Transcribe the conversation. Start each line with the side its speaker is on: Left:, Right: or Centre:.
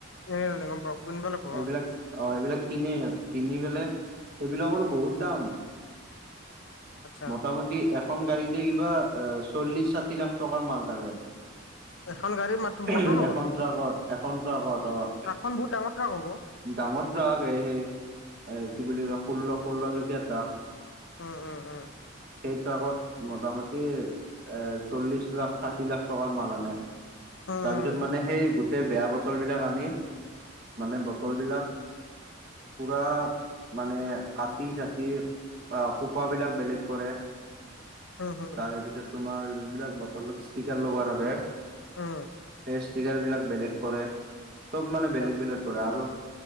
Left: এনে নানে গম পাওঁ
Right: সেইবিলাক
Left: <unintelligible>
Right: অ', সেইবিলাক কিনে সিহঁত কিনি পেলাই সেইবিলাকৰো বহুত দাম
Left: আচ্ছা
Right: মোটামটি এখন গাড়ীতে কিবা এ চল্লিশ ষাঠি লাখ টকাৰ মাল থাকে
Left: এখন গাড়ী মাত বটল
Right: উহঃ
Left: লগত
Right: এখন ত আগত এখন ত আগত অ'
Left: ট্ৰাকখন বহুত ডাঙৰ ট্ৰাক হব।
Right: ডাঙৰ ট্ৰাকেই সেই এ কি বুলি ষোল্ল ষোল্লচকীয়া ট্ৰাক।
Left: উম উম উম
Right: সেইটো আগত মোটামুটি এ এ চল্লিশ লাখ ষাঠি লাখ টকাৰ মাল আনে
Left: উম
Right: তাৰপিছত
Left: উম
Right: মানে সেই গোটেই বেয়া বটল বিলাক আনি মানে ব তল বিলাক পুৰা মানে কাটি চাতি বা সূপা বিলাক বেলেগ কৰে।
Left: উম হম
Right: তাৰে পিছত তোমাৰ যোনবিলাক বটলত ষ্টিকাৰ লগোৱা থাকে
Left: উম
Right: সেই ষ্টিকাৰ বিলাক বেলেগ কৰে চব মানে
Left: আচ্ছা
Right: বেলেগ বেলেগে কৰে আৰু